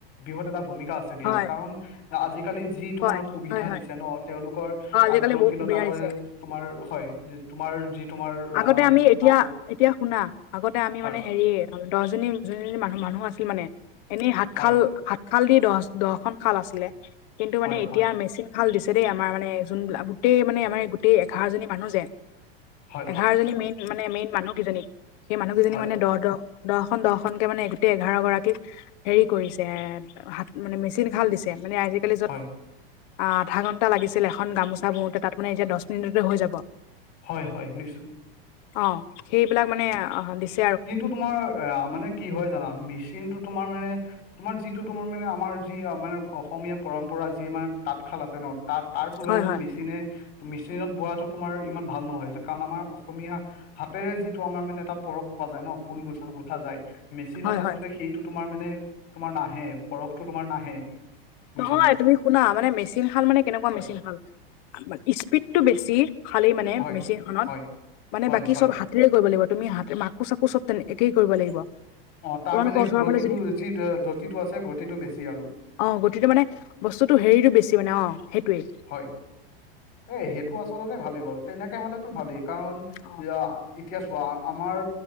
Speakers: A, on the left; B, on the left.
A: বৃহৎ এটা ভূমিকা আছে। <unintelligible> <unintelligible> দিয়া
B: হয়
A: কাৰণ আজিকালি যি তোমাৰ
B: হয়
A: সুবিধা
B: হয় হয়
A: দিছে ন তেওঁলোকৰ
B: অ আজিকালি
A: আগ্ৰশীলতা
B: বহুত সুবিধা
A: ৱে
B: দিছে
A: তোমাৰ হয় তোমাৰ যি তোমাৰ
B: আগতে
A: আ
B: আমি এতিয়া
A: নাৰী
B: এতিয়া শুনা, আগতে আমি
A: হয়,
B: মানে হেৰি দহজনী নি মানুহ মানুহ আছিল মানে এনেই হাত
A: হয়,
B: খালা খাল দি দচ দহখন খাল আছিলে কিন্তু
A: হয়,
B: মানে এতিয়া
A: হয়,
B: মেচিন ভাল দিছে দেই আমাৰ মানে যোন বিলাক গোটেই মানে আমাৰ গোটেই এঘাৰজনী মানুহ যে
A: হয়,
B: তাৰ এজনী মেইন মানে মেইন মানুহকেইজনী সেই মানুহকেইজনী
A: হয়,
B: মানে দহ দহ দহখন দহখনকে মানে গোতেই‌ এঘাৰ গৰাকী হেৰি কৰিছে, হাত মানে মেচিন খাল দিছে মানে আজি কালি যত
A: হয়,
B: আধা ঘণ্টা লাগিছিল এখন গামোচা বওঁতে তাত মানে এতিয়া দহ মিনিটতে হৈ যাব।
A: হয় হয় নিশ্চ
B: অ, সেইবিলাক মানে অঁ দিছ
A: কিন্তু তোমাৰ এ মানে কি হয় জানা মেচিনটো তোমাৰ মানে। তোমাৰ যিটো তোমাৰ মানে, আমাৰ যি মানে, অসমীয়া পৰম্পৰা যি মানে তাঁতশাল আছে ন তা তাৰ পুৰণাত
B: হয় হয়
A: মেচিনে মেচিনত বোৱাটো তোমাৰ ইমান ভাল নহয়, তে কাৰণ আমাৰ অসমীয়া হাতেৰে যিটো আমাৰ মানে এটা পৰ খোৱা যায় ন, ফুল গঠা গুঠা যায়। মেচিনত
B: হয়
A: আচলতে
B: হয়
A: সেইটো তোমাৰ মানে তোমাৰ নাহে, পৰশটো তোমাৰ নাহে। বুজিছানে?
B: নহয় তুমি শুনা, মানে মেচিন শাল মানে কেনেকুৱা
A: হয়,
B: মেচিন শাল স্পীডটো বেছি। খালি মানে
A: হয়,
B: মেচিন খনত,
A: হয়,
B: মানে
A: হয়,
B: বাকী
A: হয়।
B: চব হাত হাতেৰেই কৰিব লাগিব তুমি হাত মাকো চাকো চব তেনে একেই কৰিব লাগিব।
A: অঁ তাৰ
B: তোমালোকৰ
A: মানে
B: ওচৰৰ
A: গ্ৰতিটোৰ
B: ফালে যদি
A: যি দ্ৰতিটো আছে গতিটো বেছি আৰু
B: অঁ গতিটো মানে বস্তুতটো হেৰিটো বেছি মানে অঁ সেইটোৱে।
A: হয়। এ সেইটো আচলতে ভালেই বাৰু তেনেকে হলেতো ভালেই কাৰণ
B: অ
A: ইয়া এতিয়া চোৱা আমাৰ